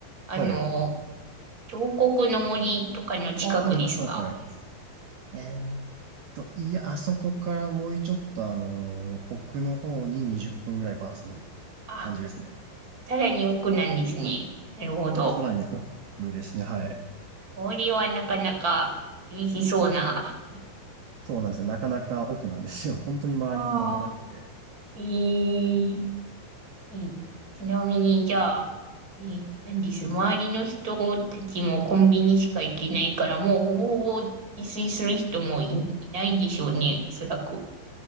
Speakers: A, on the right; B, on the right.
A: あの、
B: はい。
A: 彫刻の森とかの近くですか。
B: あ、はいはいはいはい。えーっと、いや、あそこからもうちょっとあのー奥の方に20分ぐらいバス乗る感じですね。
A: あ、さらに奥なんですね。なるほど。
B: さらに奥ですね。はい。
A: 氷はなかなか厳しそうな。
B: そうなんですよ。なかなか奥なんですよ。<laughs> 本当に周りに何もなくて。
A: ああ、えー、えーちなみに、じゃあ、えー、なんです。周りの人たちもコンビニしか行けないから、もうほぼほぼ自炊する人もい、いないんでしょうね、おそらく。